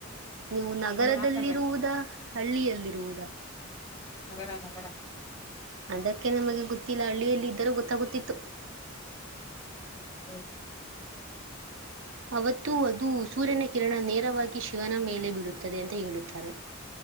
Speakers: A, on the right (about 65°); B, on the left (about 20°).
A: ನೀವು ನಗರದಲ್ಲಿರುವುದಾ.
B: ನಾವು ರಾಮನಗರ್
A: ಹಳ್ಳಿಯಲ್ಲಿರುವುದಾ.
B: ನಗರ ನಗರ.
A: ಅದಕ್ಕೆ ನಮಗೆ ಗೊತ್ತಿಲ್ಲ ಹಳ್ಳಿಯಲ್ಲಿ ಇದ್ದರೂ ಗೊತ್ತಾಗುತ್ತಿತ್ತು.
B: <unintelligible>
A: ಅವತ್ತು ಅದು ಸೂರ್ಯನ ಕಿರಣ ನೇರವಾಗಿ ಶಿವನ ಮೇಲೆ ಬೀಳುತ್ತದೆ ಅಂತ ಹೇಳುತ್ತಾರೆ.